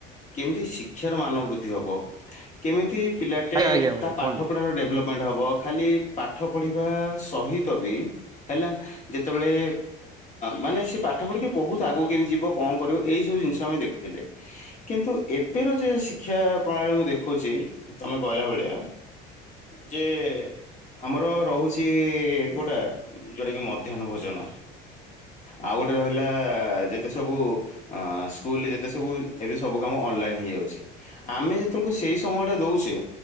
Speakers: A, on the left; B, on the right.
A: କେମିତି ଶିକ୍ଷାର ମାନ ବୃଦ୍ଧି ହବ କେମିତି ପିଲାଟେ
B: ଆଜ୍ଞା ଆଜ୍ଞା ଭାଇ
A: ତା ପାଠପଢ଼ା
B: କୁହନ୍ତୁ
A: ରେ ଡେଭଲପ୍ ମାଡ଼ ହବ ଖାଲି ପାଠ ପଢିବା ସହିତ ବି ହେଲା ଯେତେବେଳେ ମାନେ ସେ ପାଠ ପଢିକି ବୋହୁ ଆଗକୁ କେମିତି ଯିବ କଣ କରିବ ଏଇ ସବୁ ଜିନିଷ ଆମେ ଦେଖୁଥିଲେ। କିନ୍ତୁ ଏବେର ଯେ ଶିକ୍ଷା ପ୍ରଣାଳୀରେ ମୁଁ ଦେଖୁଚି ତମେ କହିଲା ଭଳିଆ ଯେ ଆମର ରହୁଚି ଗୋଟା ଯୋଉଟା କି ମଧ୍ୟାହନ ଭୋଜନ ଆଉ ଗୋଟେ ରହିଲା। ଯେତେ ସବୁ ସ୍କୁଲରେ ଯେତେ ସବୁ ଏବେ ସବୁ କାମ ଅନଲାଇନ୍ ହେଇଯାଉଚି। ଆମେ ଯେତେବେଳକୁ ସେଇ ସମୟଟା ଦେଉଚେ